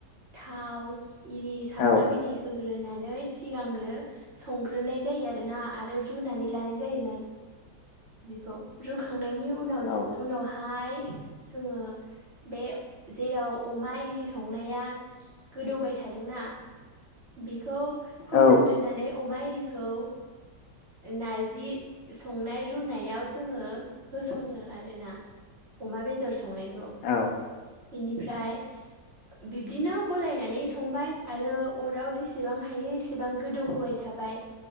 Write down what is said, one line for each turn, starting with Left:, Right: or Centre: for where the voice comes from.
Right: थाव इरि सामब्राम
Left: औ
Right: इरि होगो ग्रोनानै सिगांग्रो संग्रोनाय जायो आरोना रुनानै लानाय जायो नार जिखौ रुखांनायनि उनाव
Left: औ
Right: उनावहाय जोङो बे जेराव अमा इरि संनाया गोदौबाय थादोंना बिखौ फोमोनग्रोनानै
Left: औ
Right: अमा एरिखौ नारजि संनाय रुनायाव जोङो होसनो आरोना अमा बेदर संनाय ज
Left: औ
Right: बिनिफ्राय बिब्दिनो गलायनानै संबाय आरो अराव जेसेबां हायो एसेबां गोदौ होबाय थाबाय